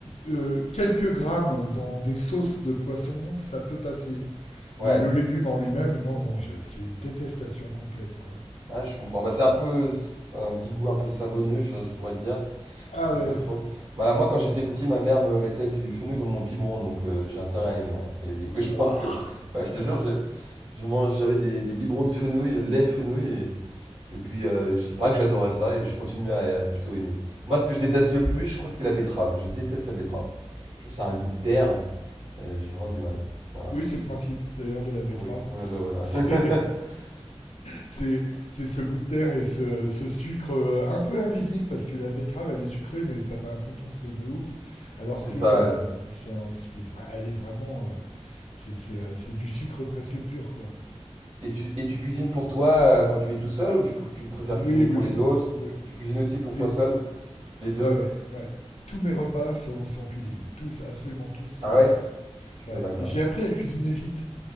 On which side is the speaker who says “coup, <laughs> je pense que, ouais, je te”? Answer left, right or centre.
Right